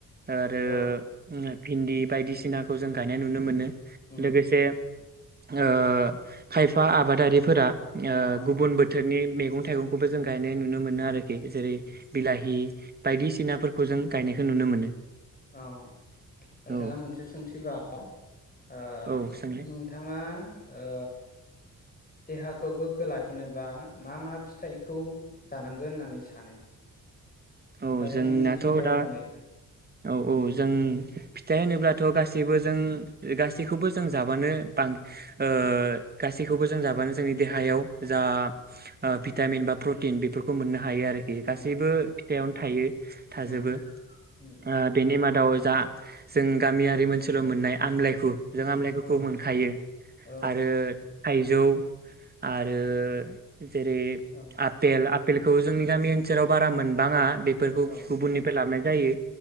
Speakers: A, on the right; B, on the left.
A: आरो
B: औ
A: भिन्दि बायदिसिनाखौ जों गायनाय नुनो मोनो
B: उम
A: आ खायफा आबादारिफोरा ओ
B: औ
A: गुबुन बो थोरनि मैगं थाइगंखौबो जों गायनाय नुनो मोनो आरोखि जेरै बिलाहि बायदिसिनाफोरखौ जों गायनायखौ नुनो मोनो
B: औ नोंथाङा
A: औ
B: मोनसे सोंथिबाव आ
A: औ सोंलाय
B: नोंथाङा ओ देहाखौ गोग्गो लाखिनोबा मा मा फिथाइखौ जानांगोन होननानै सानो
A: औ
B: दा
A: जोंनाथ'
B: जोंनि मिथिंगायाव
A: दा
B: मोननायखौ
A: औ औ जों फिथाइ होनोब्लाथ' गासै गासैबो जों गासैखौबो जों जाबानो बां ओ गासैखौबो जों जाबानो जोंनि देहायाव जा आ भिटामिन बा प्रटिन बेफोरखौ मोननो हायो आरोखि
B: औ
A: गासैबो
B: औ
A: फिथाइयावनो थायो थाजोबो
B: उम उम
A: ओ बेनि मा दाव जा जों गामियारि ओनसोलाव मोननाय आमलायखौ जों आमलायफोरखौ
B: औ
A: मोनखायो
B: औ
A: आरो थाइजौ आरो जेरै
B: औ
A: आपेल आपेलखौ जोंनि गामि ओनसोलाव बारा मोन बाङा बेफोरखौ
B: औ
A: गुबुननिफ्राय लाबोनाय जायो